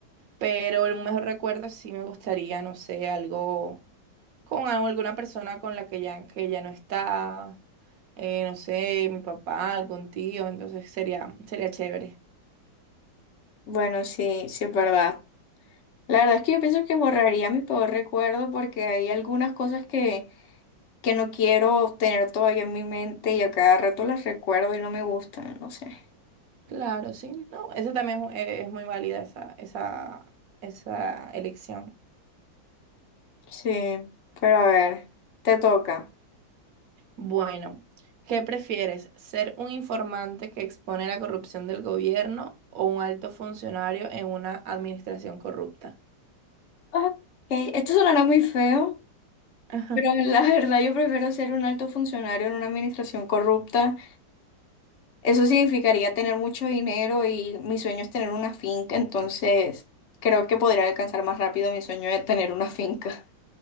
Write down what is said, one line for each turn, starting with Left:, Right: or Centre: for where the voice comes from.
Right: Pero el mejor recuerdo sí me gustaría, no sé, algo con alguna persona con la que ya, que ya no está, eh, no sé, mi papá, algún tío, entonces sería, sería chévere.
Left: Bueno, sí, sí es verdad. La verdad es que yo pienso que borraría mi peor recuerdo porque hay algunas cosas que, que no quiero tener todavía en mi mente y a cada rato las recuerdo y no me gustan, no sé.
Right: Claro, sí, no, esa también es, mu- eh, es muy válida esa, esa, esa elección.
Left: Sí, pero a ver, te toca.
Right: Bueno, ¿qué prefieres? ¿Ser un informante que expone la corrupción del gobierno o un alto funcionario en una administración corrupta?
Left: Ok, Esto sonará muy feo,
Right: <laughs>
Left: pero <laughs> la verdad yo prefiero ser un alto funcionario en una administración corrupta. Eso significaría tener mucho dinero y mi sueño es tener una finca, entonces creo que podría alcanzar más rápido mi sueño de tener una finca.